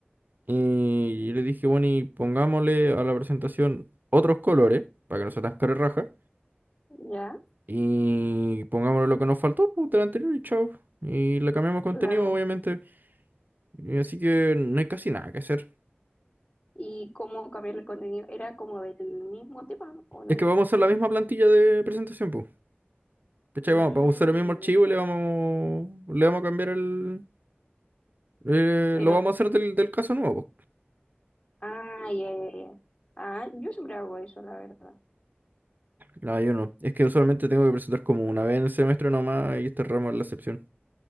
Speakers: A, on the right; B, on the left.
A: Y yo les dije, bueno, y pongámosle a la presentación otros colores, para que no sea tan carerraja
B: Ya,
A: Y pongámosle lo que nos faltó pues, del anterior y chao. Y le cambiamos contenido,
B: claro.
A: obviamente. Y así que no hay casi nada que hacer.
B: ¿Y cómo cambiar el contenido? ¿Era como del mismo tema o no?
A: Es que vamos a hacer la misma plantilla de presentación, pues. ¿Cachai?
B: Mm,
A: Vamos, vamos a usar el mismo archivo y le vamos,
B: ya.
A: le vamos a cambiar el... eh,
B: Pero,
A: lo vamos a hacer del, del caso nuevo. po.
B: ah, ya, ya, ya. Ah, yo siempre hago eso, la verdad.
A: No, yo no. Es que usualmente tengo que presentar como una vez en el semestre nomás y este ramo es la excepción.